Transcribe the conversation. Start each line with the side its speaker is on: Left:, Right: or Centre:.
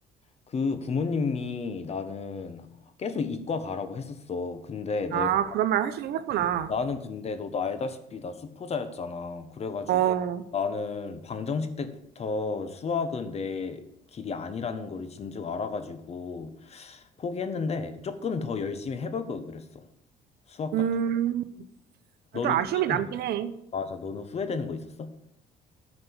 Left: 그 부모님이 나는 계속 이과 가라고 했었어. 근데 내가
Right: 아, 그런 말 하시긴 했구나.
Left: 나는 근데 너도 알다시피 나 수포자였잖아. 그래가지고
Right: 어,
Left: 나는 방정식 때부터 수학은 내 길이 아니라는 걸 진즉 알아가지고 포기했는데 조금 더 열심히 해볼 걸 그랬어. 수학
Right: 음,
Left: 같은 거. 너는
Right: 좀 아쉬움이
Left: 후회되는
Right: 남긴
Left: 거,
Right: 해.
Left: 맞아. 너는 후회되는 거 있었어?